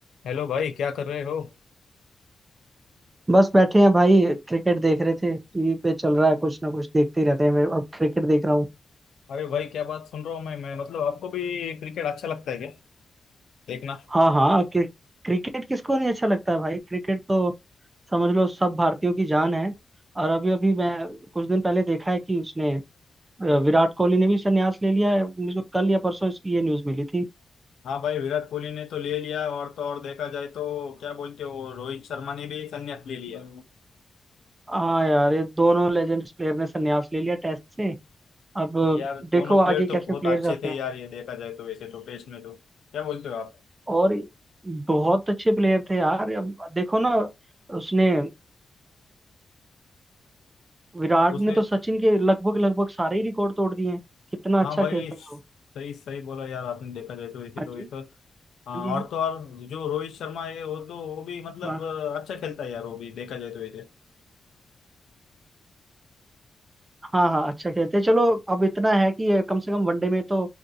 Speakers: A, on the left; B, on the right.
A: Hello भाई क्या कर रहे हो
B: बस बैठे हैं भाई क्रिकेट देख रहे थे टीवी पे चल रहा है कुछ ना कुछ देखते ही रहते हैं मैं अब क्रिकेट देख रहा हूँ
A: अरे भाई क्या बात सुन रहा हूँ मैं मैं मतलब आपको भी क्रिकेट अच्छा लगता है क्या देखना
B: हाँ हाँ क्रि, क्रिकेट किसको नहीं अच्छा लगता है भाई क्रिकेट तो समझ लो सब भारतीयों की जान है और अभी अभी मैं कुछ दिन पहले देखा है कि उसने अ, विराट कोहली ने भी संन्यास ले लिया है मुझे को कल या परसों इसकी ये न्यूज मिली थी
A: हाँ भाई विराट कोहली ने तो ले लिया और तो और देखा जाए तो क्या बोलते हो रोहित शर्मा ने भी संन्यास ले लिया
B: हाँ यार ये दोनों लेजेंड्स प्लेयर ने संन्यास ले लिया टेस्ट से अब
A: यार दोनों
B: देखो आगे
A: प्लेयर तो
B: कैसे
A: बहुत
B: प्लेयर
A: अच्छे
B: आते
A: थे
B: हैं
A: यार ये देखा जाए तो वैसे तो टेस्ट में तो क्या बोलते हो आप
B: और बहुत अच्छे प्लेयर थे यार अब देखो ना उसने विराट
A: उसने
B: ने तो सचिन के लगभग लगभग सारे ही रिकॉर्ड तोड़ दिए हैं कितना अच्छा
A: हाँ भाई
B: खेलता
A: सही
B: है वो
A: सही बोला यार आपने देखा जाए तो वैसे
B: हाँ
A: तो
B: जी
A: वैसे हाँ
B: हाँ जी
A: और तो और जो रोहित शर्मा है वो तो वो भी मतलब
B: हाँ
A: अच्छा खेलता है यार वो भी देखा जाए तो वैसे
B: हाँ हाँ अच्छा खेलते हैं चलो अब इतना है कि ये कम से कम वनडे में तो